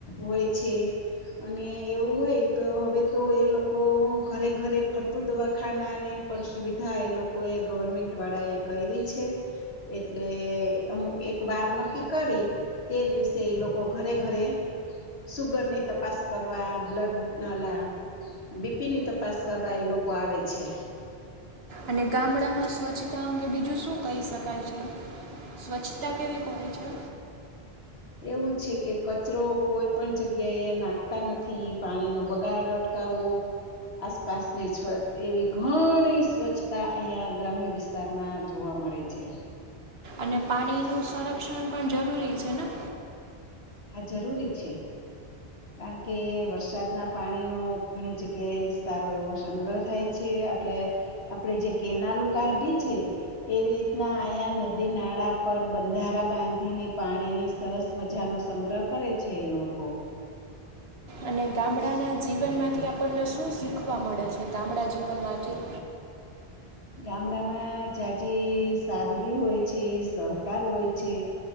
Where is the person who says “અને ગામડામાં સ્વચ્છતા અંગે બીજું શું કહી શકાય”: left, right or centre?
Right